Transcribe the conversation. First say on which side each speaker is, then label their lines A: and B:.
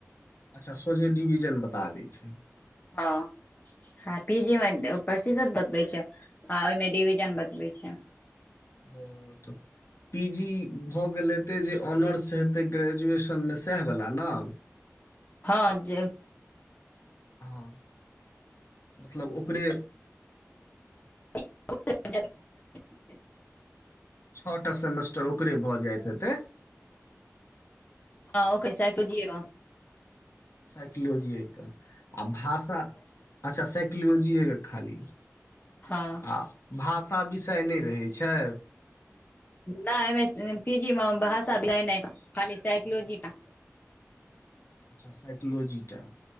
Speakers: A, on the left; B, on the left.
A: अच्छा सोझे डिविजन बता दै छै।
B: हँ
A: अच्छा,
B: ह पीजी में। शीत बतबै छै आ ओहिमे डिविजन बतबै छै।
A: ओ तऽ पी जी। हो गेलय ते जय ओनर्स हैते ग्रेजुएशन में सेहे बला ना।
B: हँ जे।
A: हँ मतलब ओकरे।
B: <unintelligible>
A: छओटा सेमेस्टर ओकरे भऽ जाइत हेतै।
B: ह ओकरे जीवा।
A: साइकलॉजी आ भाषा अच्छा साक। लियौजइए खाली।
B: हँ
A: आ भाषा विशेष। त नहि रहै छै।
B: नहिमे पीजी भाषा बला नय खाली साइकलजी टा।
A: अच्छा साइकोलॉजी। जा।